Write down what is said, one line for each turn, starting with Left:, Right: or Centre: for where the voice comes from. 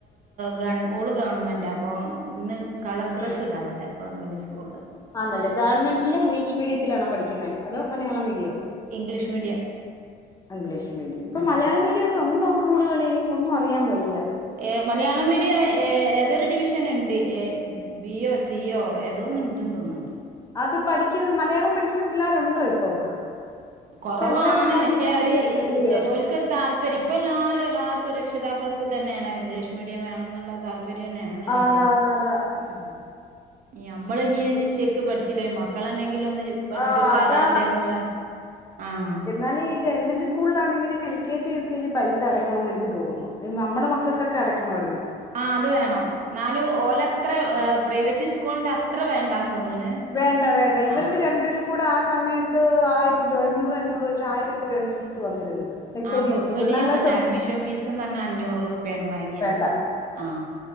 Right: ഗവൺ ഓള് ഗവൺമെൻറാ അപ്പോ ഇന്ന് കളർ ഡ്രസ്സ്
Left: ഉം
Right: ഇടാം അവിടെ ഗവൺമെൻറ് സ്കൂളിൽ
Left: ആന്നല്ലേ ഗവൺമെന്റില് ഇംഗ്ലീഷ് മീഡിയത്തിലാണോ പഠിക്കുന്നെ അതോ മലയാളം മീഡിയോ
Right: ഇംഗ്ലീഷ് മീഡിയം
Left: ഇംഗ്ലീഷ് മീഡിയം ഇപ്പൊ
Right: ആ
Left: മലയാളം മീഡിയം ഒക്കെ ഒണ്ടോ സ്കൂളുകളി ഒന്നും അറിയാൻ വയ്യ
Right: ഏ മലയാളം മീഡിയം ഏ ഏതൊരു ഡിവിഷന്ണ്ട് എ ബി യോ സി യോ. എന്തോ ഒന്ന് ണ്ട് ന്ന് തോന്നുണ്ട്
Left: അത് പഠിക്കുന്ന മലയാളം പഠിക്കുന്ന പിള്ളേരുണ്ടോ ഇപ്പം
Right: കൊറവാണ്
Left: ഇപ്പൊ എല്ലാ പിള്ളേരും
Right: പക്ഷേ
Left: ഇംഗ്ലീഷ്
Right: അവര്
Left: മീഡിയം
Right: ഈ
Left: അല്ലയോ
Right: ചെലോൽ ക്കൊരു താല്പര്യം ഇപ്പോ എല്ലാരും എല്ലാർക്കും രക്ഷിതാക്കൾക്ക് ഇതന്നെയാണ് ഇംഗ്ലീഷ് മീഡിയം വേണം എന്നുള്ള താല് പര്യാനുള്ളെ
Left: ആന്ന് ആന്ന് അതാ
Right: ഉം ഇനി നമ്മളിനി ശരിക്ക് പഠിച് ലെ മക്കളന്നെങ്കിലും ഒന്ന് പഠിച്ചു
Left: ആഹ്
Right: ഉഷാറാട്ടെ
Left: അതാ
Right: എന്നുള്ള ആഹ്
Left: എന്നാല് ഈ ഗവൺമെന്റ് സ്കൂളിലാന്നെങ്കിലും L K G U K G പൈസ അടക്കണോന്ന് എനിക്ക് തോന്നുന്നു. നമ്മുടെ മക്കക്കൊക്കെ അടയ്ക്കണമാരുന്നു.
Right: ആഹ് അത് വേണം ന്നാലും ഓലത്ര പ്രൈവറ്റ് സ്കൂളിന്റെ അത്ര വേണ്ടാന്ന് തോന്നണ്.
Left: വേണ്ട വേണ്ട ഇവർക്ക്
Right: ആ
Left: രണ്ടരു ക്കൂടെ ആ സമയത്ത് ആയിരം രൂപ അഞ്ഞൂറ് അഞ്ഞൂറ് വെച്ച് ആയിരം രൂപയാണ് ഫീസ് വന്നിരുന്നത്. എൽ കെ
Right: ആഹ്
Left: ജി യു കെ
Right: ഇവിടേം
Left: ജി ഒന്നാം
Right: അങ്ങനാ
Left: ക്ലാസ്
Right: അഡ്മിഷൻ ഫീസ്ന്ന് പറഞ്ഞാ അഞ്ഞൂറ് ഉറുപ്യയാണ് വാങ്ങിയത്
Left: തൊട്ട് വേണ്ട
Right: ആഹ്